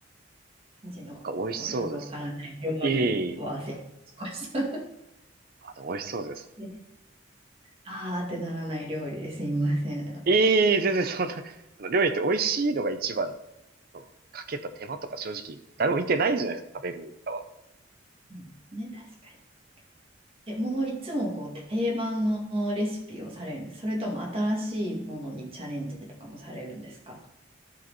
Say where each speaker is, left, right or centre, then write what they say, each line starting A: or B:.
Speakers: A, on the right; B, on the right.
A: 感じの、
B: なんか美味しそうですね。
A: このよくわからない料理は忘れました。
B: いい。あ、でも美味しそうです。
A: <laughs> あーってならない料理ですいません。
B: ええ全然そんな、<laughs> あの料理って美味しいのが一番なんで、そのかけた手間とか正直、誰も見てないじゃないですか、食べる側。
A: うんね、確かに。え、もういつもこう定番のレシピをされるんですそれとも新しいものにチャレンジとかもされるんですか